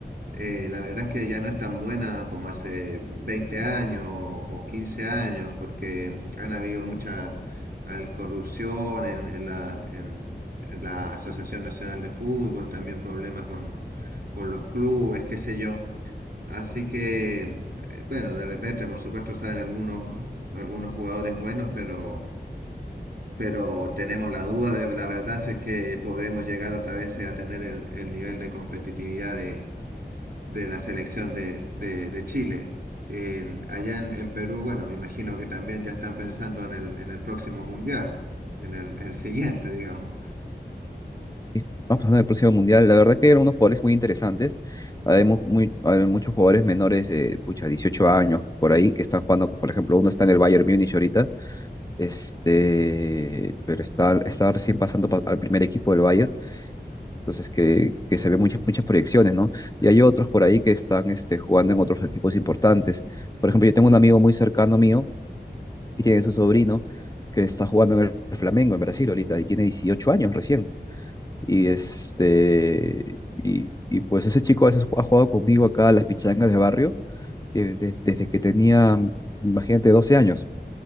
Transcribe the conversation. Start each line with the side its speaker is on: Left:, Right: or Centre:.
Right: eh, la verdad es que ya no es tan buena como hace 20 años o, o 15 años, porque han habido mucha al- corrupción en, en la, en- en la Asociación Nacional de Fútbol, también problemas con, con los clubes, qué sé yo. Así que, em, eh, bueno, de repente, por supuesto, saben algunos, mm, algunos jugadores buenos, pero, pero tenemos la duda de la verdad si es que podremos llegar otra vez a tener el, el nivel de competitividad de, de la selección de, de- de Chile. En- allá en, en Perú, bueno, me imagino que también ya están pensando en el, en el próximo mundial, en el, el siguiente, digamos.
Left: Y Vamos pasando al próximo mundial. La verdad que eran unos jugadores muy interesantes. Hay, mu- muy, hay muchos jugadores menores de, pucha, 18 años por ahí que están jugando. Por ejemplo, uno está en el Bayern Múnich ahorita, este, pero está, está recién pasando pa- al primer equipo del Bayern. Entonces, que, que se ve muchas, muchas proyecciones, ¿no? Y hay otros por ahí que están este, jugando en otros equipos importantes. Por ejemplo, yo tengo un amigo muy cercano mío y tiene su sobrino que está jugando en el Flamengo, en Brasil ahorita, y tiene 18 años recién. Y, este, y, y pues ese chico a veces ha jugado conmigo acá a las pichangas de barrio eh, de- desde que tenía, imagínate, 12 años